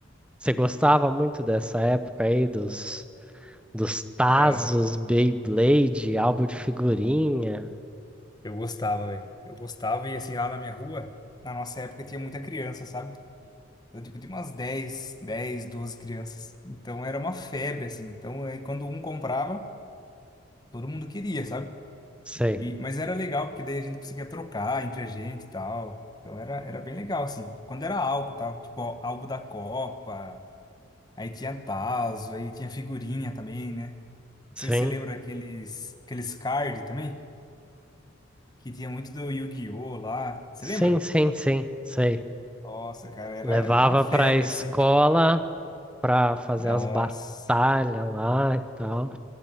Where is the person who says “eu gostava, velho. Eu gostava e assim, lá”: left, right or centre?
Left